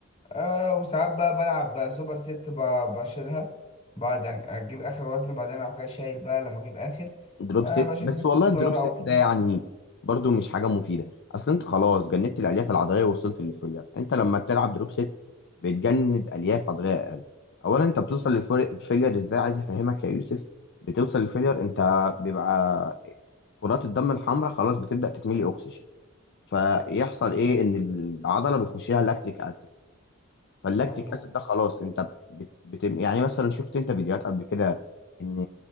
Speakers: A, on the left; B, on the left.
A: آه وساعات بقى بلعب بقى سوبر ست ب- بشيلها بعد يعني اجيب اخر وزن بعدين اروح جاي شايل بقى لما اجيب اخر
B: دروب
A: آه
B: ست
A: بشيل
B: بس
A: مثلا
B: والله الدروب
A: طارة
B: ست
A: او اتنين
B: ده يعني برضو مش حاجة مفيدة اصل انت خلاص جندت الالياف العضلية ووصلت للفوليار انت لما تلعب دروب ست بتجند الياف عضلية اقل اولا انت بتوصل للفوليار ازاي عايز افهمك يا يوسف بتوصل للفوليار انت بيبقى كرات الدم الحمراء خلاص بتبدأ تتملي اكسجين فيحصل ايه ان العضلة بيخش لها لاكتيك اسيد فاللاكتيك
A: مظبوط
B: اسيد ده خلاص انت بت... بت... يعني مثلا شفت انت فيديوهات قبل كده ان